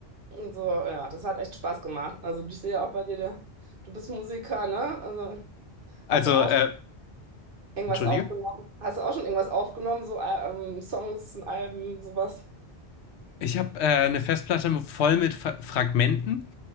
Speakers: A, on the right; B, on the left.
A: so, ja, das hat echt Spaß gemacht. Also ich sehe ja auch bei dir, der- du bist Musiker, ne? Also
B: Also,
A: hast du auch
B: äh,
A: schon irgendwas
B: entschuldige?
A: aufgenommen? Hast du auch schon irgendwas aufgenommen? So äh, ähm, Songs, Alben, sowas?
B: Ich habe äh, eine Festplatte voll mit Fra Fragmenten